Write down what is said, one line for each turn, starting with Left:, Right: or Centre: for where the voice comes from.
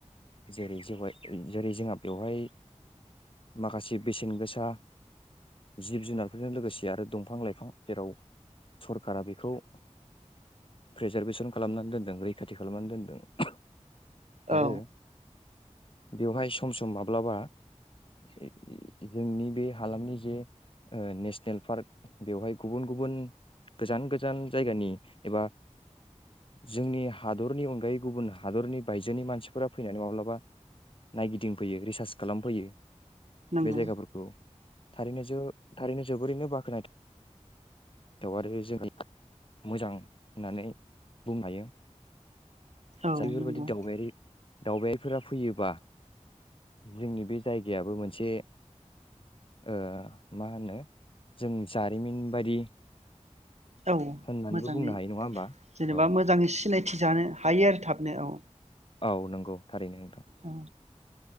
Left: जेरै जेवहाय जेरै जोंहा बेवहाय माखासे बेसेन गोसा जिब जुनारफोरजों लोगोसे आरो दंफां लाइफां जेराव सरकारा बेखौ रिजार्भेसन खालामनानै दोनदों रैखाथि खालामनानै दोनदों
Right: औ
Left: आरो बेवहाय स सम सम माब्लाबा ए-ए जोंनि बे हालामनि जे ओ नेसनेल पार्क बेवहाय गुबुन गुबुन गोजान गोजान जायगानि एबा जोंनि हादरनि अनगायै गुबुन हादरनि बायजोनि मानसिफोरा फैनानै माब्लाबा नायगिदिं फैयो रिर्सास खालामफैयो
Right: नंगौ
Left: बे जायगाफोरखौ थारैनो जों थारैनो जोबोरैनो बाख्नायथाव आरो जोङ मोजां होननानै बुंनो हायो
Right: औ
Left: जाय बेफोरबादि
Right: नंगौ
Left: दावबायारि दावबायारिफोरा फैयोबा जोंनि बे जायगायाबो मोनसे ओ मा होनो जों जारिमिन बायदि
Right: औ
Left: होननानैबो
Right: मोजाङै
Left: बुंनो हायो नङा होमबा
Right: जेनेबा
Left: औ
Right: मोजाङै सिनाय मिथि जानो हायो आरो थाबनो औ
Left: औ नोंगौ थारैनो
Right: औ